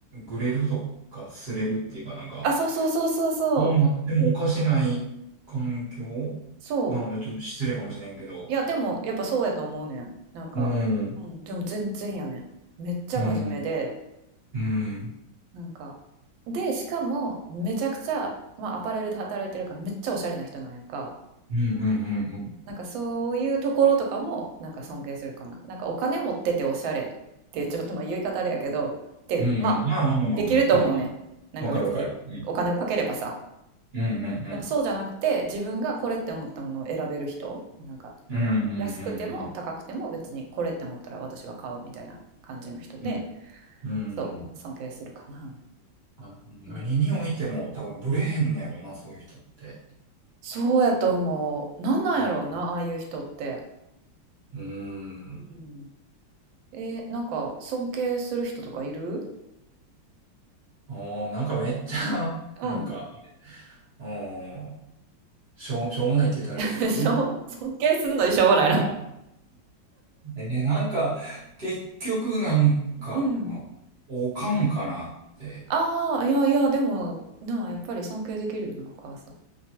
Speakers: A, on the right; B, on the right.
A: ぐれるとか、すれるっていうかなんか、
B: あ、そうそうそうそうそう。
A: どうなってもおかしない環境
B: そう。
A: なので、ちょっと失礼かもしれんけど。
B: いや、でも、やっぱそうやと思うねん。なんか、
A: うん。
B: うん、でも全然やねん。めっちゃ真面目で、
A: うん。うん。うん。
B: なんか、で、しかも、めちゃくちゃ、まあ、アパレルで働いてるから、めっちゃおしゃれな人なんやんか。
A: うん。うん。
B: なんか、そういうところとかも、なんか尊敬するかな。なんか、お金持ってておしゃれって、ちょっとまあ、言い方あれやけど、で、
A: うん。
B: まあ、
A: うん。まあまあまあまあ。
B: できると思うねん。
A: うん。
B: なんか別に、
A: わかるわかる。うん。
B: お金をかければさ。
A: うん。うん。うん
B: でもそうじゃなくて、自分がこれって思ったものを選べる人、なんか、
A: うんうんうん
B: 安くても高くても別にこれって思ったら私は買うみたいな感じの人で、
A: うんうん。うん
B: そう、尊敬するかな。
A: あ、何においても多分ブレへんねやろな、
B: うん。
A: そういう人って。
B: そうやと思う。なんなんやろうな、
A: うん。
B: ああいう人って。
A: うん。
B: うん。えーなんか尊敬する人とかいる
A: おー、なんかめっちゃ、なんか、
B: うん。
A: おー、しょう、しょうもないって言ったらあれやけど、
B: <laughs> でしょ尊敬すんのにしょうがないな。
A: う、なんか、えーなんか、結局なんか、
B: うん。
A: あ、おかんかなって。
B: ああ、いやいや、でも、なあ、やっぱり尊敬できるよな、お母さん。